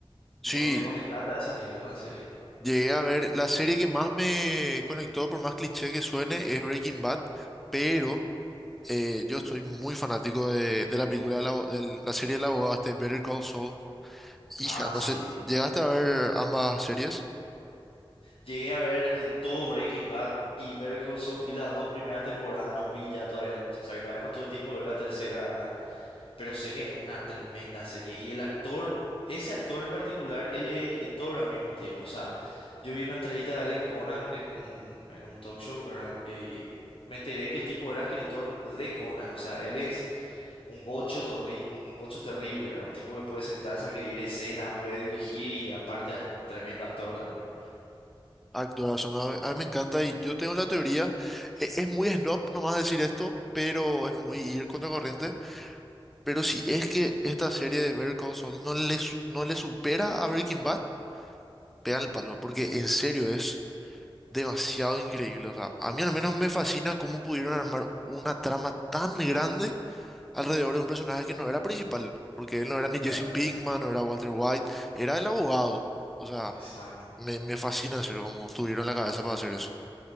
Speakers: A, on the left; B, in the centre.
A: Tipo,
B: Sí,
A: no te conectaste a ese nivel con la serie.
B: Llegué a ver, la serie que más me conectó, por más cliché que suene, es Breaking Bad, pero eh, yo soy muy fanático de, de la película, del abo- del- la, serie del abogado, este Better Call Saul. Hija,
A: Ah,
B: no
A: sí.
B: sé, ¿llegaste a ver ambas series?
A: Llegué a ver eh, todo Breaking Bad y Better Call Saul, vi las dos primeras temporadas, no vi ya todavía, o sea que todavía no tuve tiempo de ver la tercera, ¿verdad? Pero sé que es una tremenda serie. Y el actor, ese actor en particular, él es escritor al mismo tiempo. O sea, yo vi una entrevista de él en Conan en un, en un talk show, ¿verdad? Eh, me enteré que el tipo era escritor de Conan, o sea, él es un bocho, torri- un bocho terrible, ¿verdad? Un tipo que puede sentarse a escribir escenas, puede dirigir y aparte tremendo actor también.
B: Actoras, son, a mí, a mí me encanta y yo tengo la teoría, e- es muy snob nomás decir esto, pero es muy ir contra corriente, pero si es que esta serie de Better Call Saul no le, su- no le supera a Breaking Bad, pegan el palo, porque en serio es demasiado increíble. O sea, a mí al menos me fascina cómo pudieron armar una trama tan grande alrededor de un personaje que no era principal, porque él no era ni
A: Claro.
B: Jesse Pinkman, no era Walter White, era el abogado. O sea,
A: Exacto.
B: me, me fascina en serio cómo tuvieron la cabeza para hacer eso.